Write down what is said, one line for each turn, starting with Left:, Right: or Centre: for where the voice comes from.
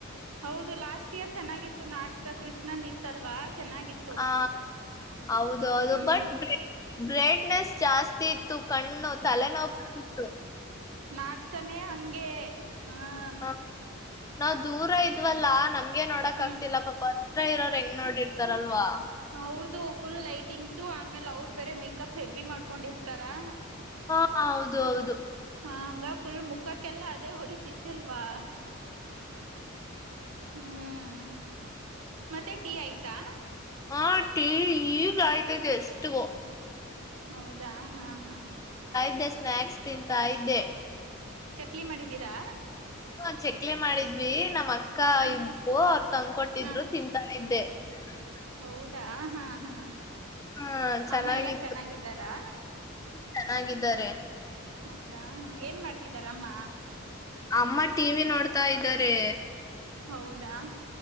Right: ಹೌದು ಲಾಸ್ಟ್ ಇಯರ್ ಚೆನ್ನಾಗಿ ತು ನಾಟ್ಕ ಕೃಷ್ಣಂದ್ ಇತ್ತಲ್ವಾ? ಚೆನ್ನಾಗಿತ್ತು.
Left: ಆ ಹೌದೌದು
Right: ಹ್ಮ್
Left: ಬಟ್ <unintelligible> ಬ್ರೇಟ್ನೆಸ್ ಜಾಸ್ತಿ ಕಣ್ಣು ತಲೆನೋವು ಬರ್ತಿತ್ತು
Right: ನಾಟ್ಕನೇ ಹಂಗೆ. ಹ್ಮ್
Left: ಅ ನಾವ್ ದೂರ ಇದ್ವಲ್ಲಾ ನಮ್ ಗೆ ನೋಡಕ್
Right: ಹ್ಮ್
Left: ಆಗ್ತಿಲ್ಲ ಪಾಪ ಹತ್ರ ಇರೋರೆಂಗ್ ನೋಡಿರ್ತಾರಲ್ವಾ?
Right: ಹೌದು ಫುಲ್ ಲೈಟಿಂಗ್ಸು ಆಮೇಲ್ ಅವ್ರ್ ಬೇರೆ ಮೇಕಪ್ ಹೆವಿ ಮಾಡ್ಕೊಂಡಿರ್ತಾರಾ
Left: ಆ ಹೌದು ಹೌದು.
Right: ಹ ಹಂಗ ಫುಲ್ ಮುಖಕ್ಕೆಲ್ಲ ಅದೇ ಹೊಡತಿತಿಲ್ವಾ? ಹ್ಮ್ ಮತ್ತೆ ಟೀ ಆಯ್ತಾ?
Left: ಹಾ ಟೀ ಈಗಾಯ್ತು ಜಸ್ಟು.
Right: ಹೌದಾ? ಹಾ ಹಾ.
Left: ಇದ್ದೆ ಸ್ನ್ಯಾಕ್ಸ್ ತಿಂತಾ ಇದ್ದೆ.
Right: ಚಕ್ಲಿ ಮಾಡಿದ್ದೀರಾ?
Left: ಹಾ ಚಕ್ಲಿ ಮಾಡಿದ್ವಿ ನಮ್ ಅಕ್ ಅಕ್ಕಾ
Right: ಹ
Left: ಇ <unintelligible> ಅವ್ರ್ ತಂದ್ಕೊಟ್ಟಿದ್ರು
Right: ಹ
Left: ತಿಂತಾ ಇದ್ದೆ. <unintelligible>
Right: ಹೌದಾ, ಹಾ ಹಾ.
Left: ಹಾ ಚೆನ್ನಾಗಿತ್ತು
Right: ಅಮ್ಮ ಎಲ್ಲ ಚೆನ್ನಾಗಿದ್ದಾರಾ?
Left: ಚೆನ್ನಾಗಿದ್ದಾರೆ.
Right: ಹೌದಾ ಏನ್ ಮಾಡ್ ತಿದಾರಮ್ಮ.
Left: ಅಮ್ಮ ಟೀವಿ ನೋಡ್ತಾ ಇದಾರೇ.
Right: ಹೌದಾ,